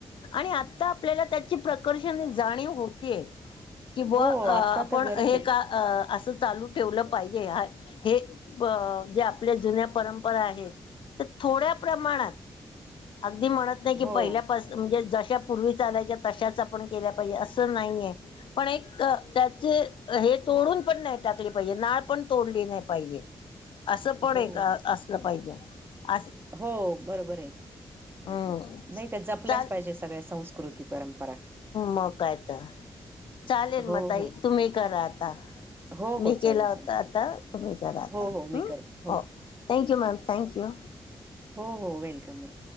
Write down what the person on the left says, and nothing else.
आणि आता आपल्याला त्याची प्रकर्षण ही जाणीव होती आहे कि ब
अ आपण
हे
का असं चालू ठेवलं पाहिजे हा हे प जे आपल्या जुन्या परंपरा आहे ते थोड्या प्रमाणात अगदी म्हणत नाही की
पहिल्यापास म्हणजे जशा पूर्वी चालायच्या तशाच आपण केल्या पाहिजे असं नाहीये. पण एक क त्याचे हे तोडून पण नाही टाकली पाहिजे नाळ पण तोडली नाही पाहिजे. असं पण
एक असलं पाहिजे अस
हम्म
चाल
मग काय तर चालेल
म ताई
तुम्ही करा आता.
मी
केला होता
आता तुम्ही करा आता
हा
हो. Thank you ma'am thank you.